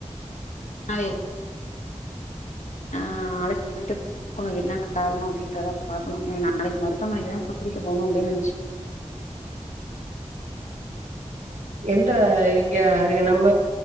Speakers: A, on the left; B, on the right.
A: <inaudible> ஆ அழஷ்ட்டு போயிட்டு <inaudible> என்ன கார்ணொ அப்டின்றதா பாக்கணு ம் நாளக்கி மருத்துவமனக்கிதா கூட்டிட் டு போணு அப்டின் நெனச்சிட்
B: எந்த யாரு நம்ப